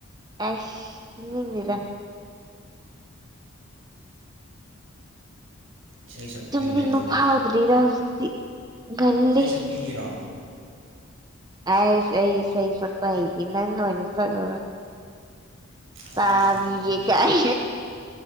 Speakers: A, on the right (about 20°); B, on the right (about 70°).
A: ꯑꯁ ꯇꯨꯝꯅꯤꯡꯗꯦꯗꯥ
B: ꯏꯁꯩ ꯁꯛꯄꯤꯌꯣꯅꯦ
A: ꯇꯨꯝꯅꯤꯡꯕ
B: ꯑꯗꯨꯗꯤ
A: ꯐꯥꯎꯗ꯭ꯔꯤꯗ ꯍꯧꯖꯤꯛꯇꯤ ꯉꯜꯂꯤ
B: ꯏꯁꯩ ꯁꯛꯄꯤꯒꯦꯔꯣ
A: ꯑꯥꯁ ꯑꯩ ꯏꯁꯩ ꯁꯛꯄ ꯍꯩꯇꯦ ꯅꯪ ꯑꯣꯏꯅ ꯁꯛꯂꯛꯑꯣ
B: ꯑꯩ
A: ꯇꯥꯕꯤꯒꯦ
B: ꯑꯩꯗꯤ
A: ꯀꯥꯏꯅ